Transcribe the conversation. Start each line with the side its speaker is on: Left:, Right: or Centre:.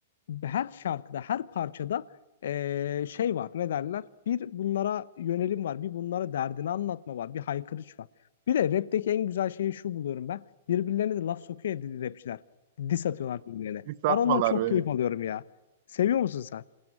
Left: her şarkıda, her parçada e, şey var. Ne derler? Bir bunlara yönelim var. Bir bunlara derdini anlatma var. Bir haykırış var. Bir de rap'teki en güzel şeyi şu buluyorum ben. Birbirlerine de laf sokuyor ya rapçiler. Diss atıyorlar birbirlerine.
Right: Diss atmalar,
Left: Ben ondan çok
Right: evet.
Left: keyif alıyorum ya. Seviyor musun sen?